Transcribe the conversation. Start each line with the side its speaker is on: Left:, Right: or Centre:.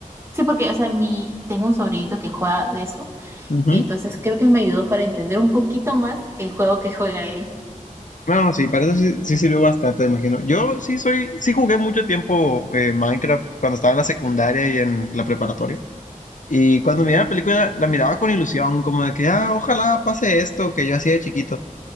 Right: Sí, porque, o sea, mi, tengo un sobrinito que juega de eso
Left: Ujú.
Right: Y entonces creo que me ayudó para entender un poquito más el juego que juega él.
Left: No, no, sí, para eso sí, sí sirvió bastante, imagino. Yo sí soy, sí jugué mucho tiempo eh, Minecraft cuando estaba en la secundaria y en la preparatoria. Y cuando miraba la película, la miraba con ilusión, como de que, ah, ojalá pase esto que yo hacía de chiquito.